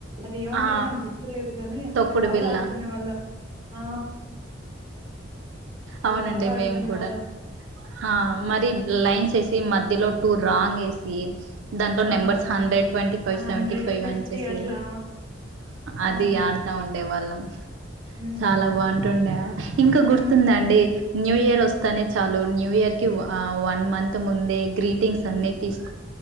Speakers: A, on the right; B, on the right.
A: అది ఏమంటారో
B: ఆ
A: నాకు గుర్తులేదు గాని
B: తొక్కుడు
A: అది బాగా
B: బిళ్ళ
A: ఆడుకునే వాళ్ళం ఆ
B: అవునండి
A: అది బాగా ఆడుకునే
B: మేము కూడా
A: వాళ్ళం
B: ఆ మరి లైన్స్ వేసి మ్య లో టు రాంగేస్తే దాంట్లో
A: ఆ
B: numbers hundred twenty five
A: hundred
B: seven five
A: fifty
B: అచ్చేసి
A: అట్లా
B: అది
A: అవునండి
B: ఆడతా ఉండే వాళ్ళం సౌండ్
A: ఉమ్
B: చాలా బాగుంటుండ గుర్తుందండి
A: ఉమ్
B: న్యూ ఇయర్ వస్తుంది తనే చాలు న్యూ ఇయర్ కి ఆ వన్ మంత్ ముందే గ్రీటింగ్స్ అన్ని తీస్త